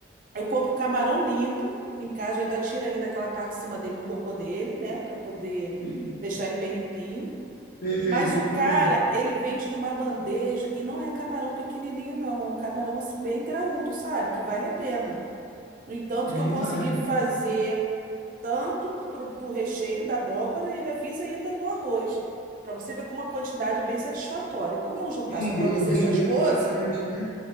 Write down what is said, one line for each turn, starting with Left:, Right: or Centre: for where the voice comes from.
Right: Eu compro camarão limpo, em casa eu ainda tiro ainda aquela parte de cima dele do cocô dele, né, para poder
Left: Sim.
Right: deixar ele bem limpinho.
Left: Perfeito,
Right: Mas
Left: limpa
Right: o cara,
Left: todo.
Right: ele vende de uma bandeja e não é camarão pequenininho não, é um camarão assim bem graúdo, sabe? Que vale a pena. No entanto,
Left: É,
Right: que
Left: aí
Right: eu consegui
Left: vale.
Right: fazer tanto pro, pro recheio da abóbora e ainda fiz ainda no arroz, para você ver com uma quantidade é bem satisfatória. E como é um jantar
Left: Rendeu,
Right: só para você
Left: rendeu
Right: e sua esposa,
Left: bastante, né?